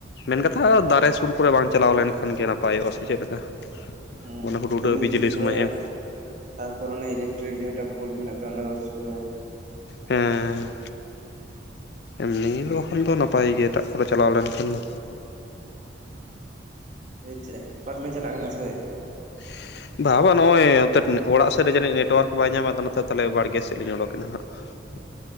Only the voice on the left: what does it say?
ᱢᱮᱱ ᱠᱟᱛᱷᱟ ᱫᱟᱨᱮ ᱥᱩᱨ ᱠᱚᱨᱮ ᱵᱟᱝ ᱪᱟᱞᱟᱣ ᱞᱮᱱᱠᱷᱟᱱ ᱜᱮ ᱱᱟᱯᱟᱭᱚᱜᱼᱟ ᱥᱮ ᱪᱮᱫ ᱞᱮᱠᱟ᱾
ᱚᱱᱟ ᱦᱩᱰᱦᱩᱰᱟᱹᱣ
ᱵᱤᱡᱽᱞᱤ
ᱥᱚᱢᱚᱭ ᱮᱢ
ᱦᱮᱸᱻ ᱮᱢᱱᱤ ᱵᱟᱠᱷᱟᱱ ᱫᱚ ᱱᱟᱯᱟᱭ ᱜᱮ ᱮᱴᱟᱜ ᱠᱚᱨᱮ ᱪᱟᱞᱟᱣ ᱞᱮᱱᱠᱷᱟᱱ ᱫᱚ᱾
ᱵᱟᱝ ᱟᱸᱡᱚᱢᱚᱜ ᱠᱟᱱᱟ ᱵᱟ ᱵᱟᱝ ᱱᱚᱜᱼᱚᱭ ᱱᱚᱛᱮ ᱚᱲᱟᱜ ᱥᱮᱫ ᱨᱮ ᱡᱟᱹᱱᱤᱡ ᱱᱮᱴᱟᱣᱟᱨᱠᱚ ᱵᱟᱭ ᱧᱟᱢᱟ ᱱᱚᱛᱮ ᱛᱟᱦᱚᱞᱮ ᱵᱟᱲᱜᱮ ᱥᱮᱫ ᱞᱤᱧ ᱚᱰᱚᱠ ᱱᱟ ᱦᱟᱜ ᱵᱟᱝ ᱟᱸᱡᱚᱢᱚᱜ ᱠᱟᱱᱟ